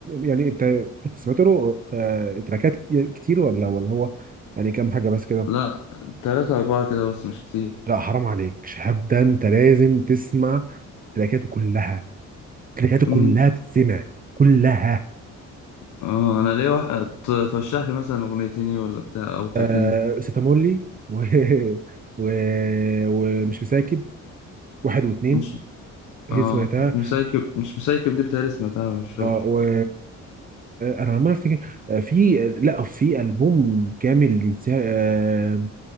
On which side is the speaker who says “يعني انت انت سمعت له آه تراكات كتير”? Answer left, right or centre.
Right